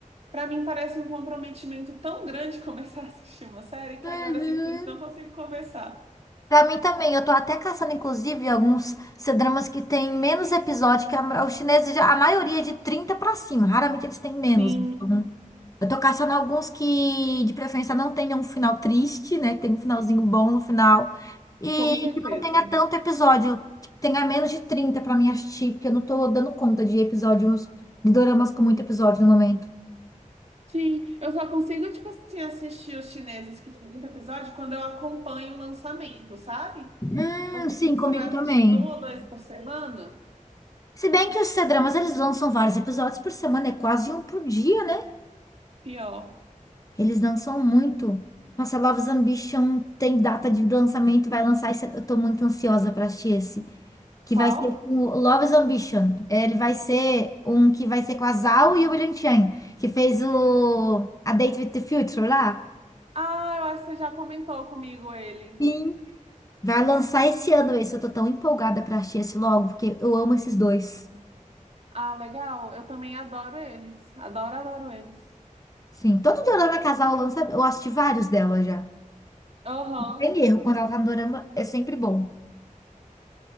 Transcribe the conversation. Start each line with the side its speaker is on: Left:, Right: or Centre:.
Right: pra mim parece um comprometimento tão grande <laughs> começar a assistir uma série que
Left: Uhum.
Right: agora eu simplesmente não consigo começar.
Left: Pra mim também, eu tô até caçando, inclusive, alguns C-dramas que tem menos episódio, que a- os chineses, já- a maioria é de 30 pra cima, raramente eles têm menos.
Right: Sim,
Left: Então, eu tô caçando alguns que, de preferência, não tenham um final triste, né, que tenha um finalzinho bom no final, e
Right: com certeza.
Left: que não tenha tanto episódio, que tenha menos de 30 pra mim assistir, porque eu não tô dando conta de episódios, de doramas com muito episódio no momento.
Right: Sim, eu só consigo, tipo assim, assistir os chineses que tem muito episódio quando eu acompanho o lançamento, sabe?
Left: Hum,
Right: Porque,
Left: sim,
Right: tipo,
Left: comigo
Right: você vai
Left: também.
Right: assistindo um ou dois por semana.
Left: Se bem que os C-dramas, eles lançam vários episódios por semana, é quase um por dia, né?
Right: Pior.
Left: Eles lançam muito. Nossa, Love's Ambition tem data de lançamento, vai lançar esse. Eu tô muito ansiosa pra assistir esse. Que
Right: Qual?
Left: vai ser com o Love's Ambition. Ele vai ser um que vai ser com a Zhao e o William Chan, que fez o A Date with the Future lá.
Right: Ah, eu acho que você já comentou comigo ele.
Left: Sim. Vai lançar esse ano esse. Eu tô tão empolgada pra assistir esse logo, porque eu amo esses dois.
Right: Ah, legal. Eu também adoro eles. Adoro, adoro eles.
Left: Sim, todo dorama casal lança. Eu assisti vários dela já.
Right: Aham.
Left: Não tem erro. Quando ela tá no dorama, é sempre bom.